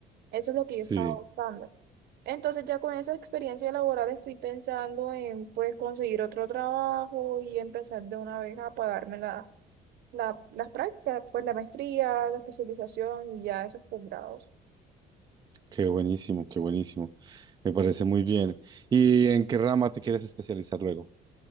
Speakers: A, on the right; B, on the right.
A: Eso es lo que yo
B: Sí,
A: estaba buscando. Entonces, ya con esa experiencia laboral estoy pensando en, pues, conseguir otro trabajo y empezar de una vez a pagarme la la- las prácticas, pues la maestría, la especialización y ya esos posgrados.
B: qué buenísimo, qué buenísimo. Me parece muy bien. ¿Y en qué rama te quieres especializar luego?